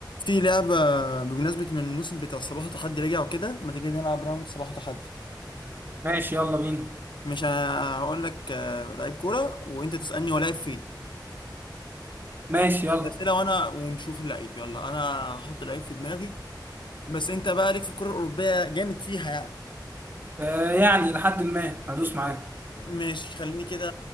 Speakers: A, on the left; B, on the right.
A: في لعبة بمناسبة من الموسم بتاع صباح تحدي رجع وكده ما تيجي نلعب راوند صباح تحدي
B: ماشي يلا بينا
A: مش انا هقول لك آه، لعيب كورة وانت تسألني هو لعيب فين
B: ماشي يلا
A: أسئلة وانا ونشوف اللعيب يلا انا هحط لعيب في دماغي بس انت بقى ليك في الكرة الأوروبية جامد فيها يعني
B: آه يعني لحد ما هدوس معاك
A: ماشي خليني كده